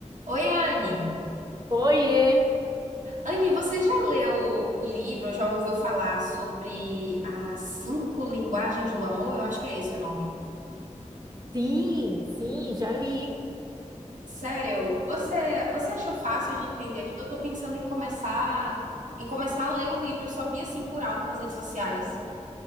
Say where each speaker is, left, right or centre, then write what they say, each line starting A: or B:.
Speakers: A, on the right; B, on the right.
A: Oi, Anne.
B: Oiê!
A: Anne, você já leu o livro ou já ouviu falar sobre as cinco linguagens do amor? Eu acho que é esse o nome.
B: Sim, sim, já li.
A: Sério, você você achou fácil de entender aquilo? Eu tô pensando em começar em começar a ler o livro. Eu só vi assim por alto nas redes sociais.